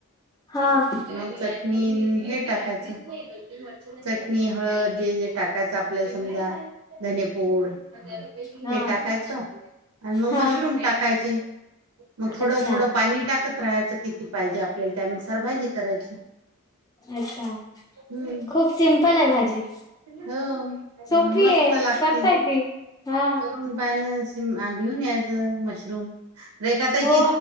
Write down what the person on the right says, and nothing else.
मग चटणी हे टाकायचं चटणी हळद जे जे टाकायचं आपल्याला समजा धने पोड ते
टाकायचं आणि मग
मशरूम टाकायचे मग थोडं
थोडं पाणी टाकत राहायचं किती पाहिजे आपल्या त्यानुसार भाहिजे करायची
हम्म
हो
मस्त
लागते
करून घेऊन मशरूम रेखा त